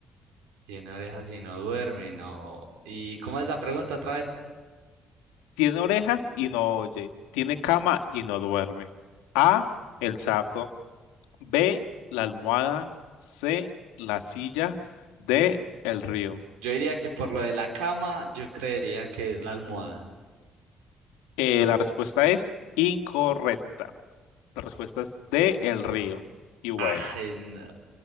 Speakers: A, on the right; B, on the left.
A: Tiene orejas y no duerme, no. ¿Y cómo es la pregunta otra vez?
B: Tiene orejas y no oye. Tiene cama y no duerme. A, el saco. B, la almohada. C, la silla. D, el río.
A: Yo diría que por lo de la cama, yo creería que es la almohada.
B: Eh, la respuesta es incorrecta. La respuesta es de El Río. Y bueno,
A: Ay, no.